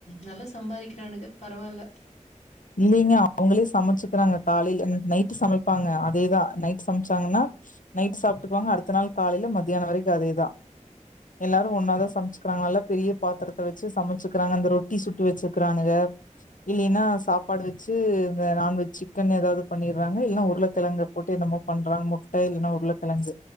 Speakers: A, on the left (about 60°); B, on the left (about 80°).
A: நல்ல சம்பாரிக்கிறானுக பரவால்ல
B: இல்லிங்க அவுங்களே சமச்சு குறாங்க காலைல நைட்டு சமைப்பாங்க அதேதா நைட்டு சம்ச்சாங்கனா நைட் சாப்ட்க்குவாங்க அடுத்த நாள் காலைல மத்யான வரைக்கு அதேதா எல்லாரு ஒன்னாதா சம்ச்சுக்குறாங்க நல்லா பெரிய பாத்துரத்த வெச்சு சமச்சுக்குறாங்க அந்த ரொட்டி சுட்டு வெச்சுக்றானுக இல்லினா சாப் ப்பாடு வெச்சு இந்த நான்வெஜ் சிக்கனே ஏதாது பண்ணிறாங்க இல்னா உருளக்கெழங்க போட்டு என்னமோ பண்றாங் முட்ட இல்ன்னா உருளகெழங்கு